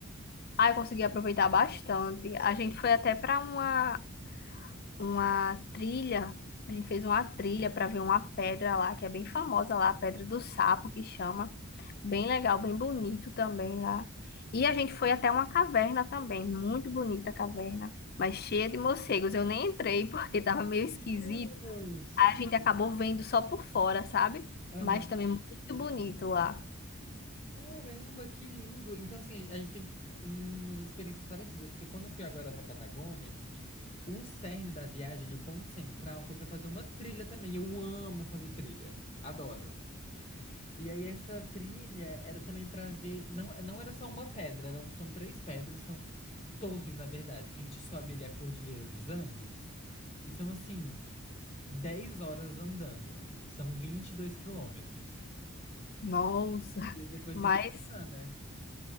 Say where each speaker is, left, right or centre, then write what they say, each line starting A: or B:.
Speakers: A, on the left; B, on the left.
A: Aí eu consegui aproveitar bastante. A gente foi até para uma, uma trilha, a gente fez uma trilha para ver uma pedra lá, que é bem famosa lá, a Pedra do Sapo, que chama. Bem legal, bem bonito também lá. E a gente foi até uma caverna também, muito bonita a caverna, mas cheia de morcegos. Eu nem entrei porque <laughs> estava meio esquisito.
B: Deus!
A: A gente acabou vendo só por fora, sabe?
B: Aham.
A: Mas também muito bonito lá.
B: Caramba, que lindo! Então, assim, a a gente teve umas experiências parecidas, porque quando eu fui agora pra Patagônia, o cerne da viagem ali, o ponto central, foi pra fazer uma trilha também. Eu amo fazer trilha, adoro. E aí, essa trilha era também pra ver. Não, não era só uma pedra, eram, são três pedras, são torres, na verdade, que a gente sobe ali a Cordilheira dos Andes. E são assim. 10 horas andando. São 22 quilômetros.
A: Nossa,
B: E aí depois
A: mas
B: tem que voltar, né?